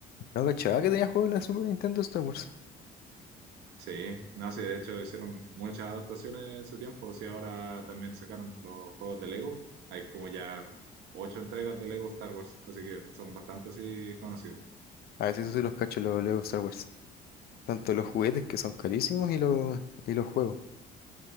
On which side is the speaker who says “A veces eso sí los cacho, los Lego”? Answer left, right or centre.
Left